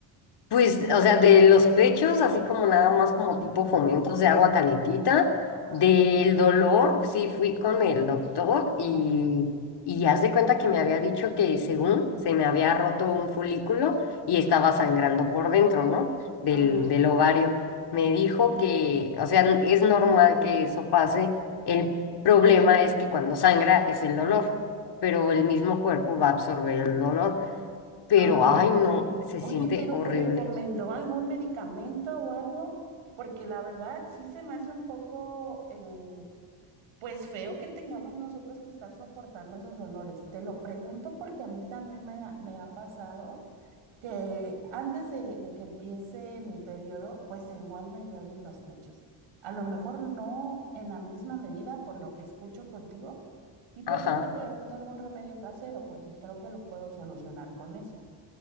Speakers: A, on the left; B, on the right.
A: Pues, o sea, de los pechos, así como nada más como tipo fomentos de agua calientita,
B: Ah,
A: del
B: ok,
A: dolor, sí fui con el doctor y,
B: ok.
A: y haz de cuenta que me había dicho que según se me había roto un folículo y estaba sangrando por dentro, ¿no? Del,
B: Ajá,
A: del ovario. Me
B: ajá.
A: dijo que, o sea, n- es normal que eso pase. El problema es que cuando sangra es el dolor, pero el mismo cuerpo va a absorber el dolor. Pero,
B: Ah,
A: ay,
B: ok.
A: no, se
B: Oye,
A: siente
B: pero
A: horrible.
B: ¿te recomendó algún medicamento o algo? Porque la verdad sí se me hace un poco... eh, Pues feo que tengamos nosotros que estar soportando esos dolores. Te lo pregunto porque a mí también me ha, me ha pasado que antes de, de que empiece mi periodo, pues igual me duelen los pechos. A lo mejor no en la misma medida por lo que escucho contigo y por
A: Ajá.
B: eso te pregunto algún remedio casero, porque creo que lo puedo solucionar con eso.